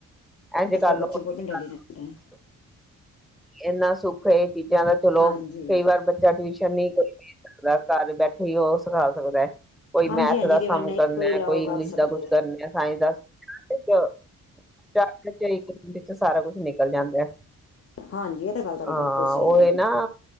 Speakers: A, in the centre; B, on the left.
A: ਐਜ
B: ਅੱਜ
A: ਕਰਲੋ
B: ਕੱਲ੍ਹ ਬੱਚੇ
A: ਊਜ
B: ਬਹੁਤ ਇੰਟੈਲੀਜੈਂਟ
A: ਕਰਲੋ
B: ਹੈ
A: ਏਨਾ ਸੁੱਖ ਏ ਚੀਜ਼ਾਂ ਦਾ ਚਲੋ,
B: ਹਾਂਜੀ
A: ਕਈ ਵਾਰ ਬੱਚਾ ਟਵੀਸ਼ਨ ਨੀ ਕ ਦਾ ਘਰ ਬੈਠੇ ਈ ਓ ਸਿਖਾ ਸਕਦੈ, ਕੋਈ
B: ਹਾਂਜੀ
A: ਮੈਥ
B: ਹਾਂਜੀ
A: ਦਾ
B: ਕਈ
A: ਸਮ
B: ਵਾਰ ਨਹੀਂ
A: ਕਰਨਾ
B: ਕੋਈ ਲਾਓ
A: ਕੋਈ
B: ਕਰ
A: ਇੰਗਲਿਸ਼
B: ਸਕਦੇ
A: ਦਾ ਕੁਛ ਕਰਨੀ ਆ ਸਾਈਸ ਦਾ <unintelligible> ਵੀਚ ਸਾਰਾ ਕੁੱਛ ਨਿਕਲ ਜਾਂਦਾ ਐ।
B: ਹਾਂਜੀ ਇਹ ਤਾਂ ਗੱਲ ਤੁਹਾਡੀ
A: ਆਂ
B: ਬਿਲਕੁਲ ਸਹੀ
A: ਓਈ
B: ਹੈ
A: ਨਾ,